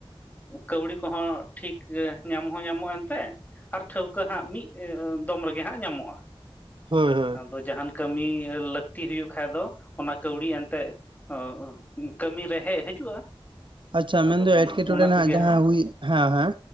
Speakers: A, on the left (about 15°); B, on the right (about 55°).
A: ᱠᱟᱹᱣᱰᱤ ᱠᱚᱦᱚᱸ ᱴᱷᱤᱠ ᱧᱟᱢ ᱦᱚᱸ ᱧᱟᱢᱚᱜᱼᱟ, ᱮᱱᱛᱮ᱾ ᱟᱨ ᱴᱷᱟᱹᱣᱠᱟᱹ ᱦᱟᱸᱜ, ᱢᱤᱫ ᱫᱚᱢ ᱨᱮᱜᱮ ᱦᱟᱸᱜ ᱧᱟᱢᱚᱜᱼᱟ᱾
B: ᱦᱳᱭ ᱦᱳᱭ
A: ᱟᱫᱚ ᱡᱟᱦᱟᱱ ᱠᱟᱹᱢᱤ ᱞᱟᱹᱠᱛᱤ ᱦᱩᱭᱩᱜ ᱠᱷᱟᱡ ᱫᱚ ᱚᱱᱟ ᱠᱟᱹᱣᱰᱤ ᱮᱱᱛᱮ ᱚ ᱠᱟᱹᱢᱤ ᱨᱮ ᱦᱮᱡ ᱦᱤᱡᱩᱜᱼᱟ᱾
B: ᱟᱪᱪᱷᱟ
A: ᱟᱫᱚ
B: ᱢᱮᱱᱫᱚ ᱮᱴᱠᱮᱴᱚᱬᱮ
A: ᱚᱱᱟ
B: ᱱᱟᱜ
A: ᱠᱚᱜᱮ
B: ᱡᱟᱦᱟᱸ
A: ᱦᱮᱸ
B: ᱦᱩᱭ ᱦᱮᱸ ᱦᱮᱸ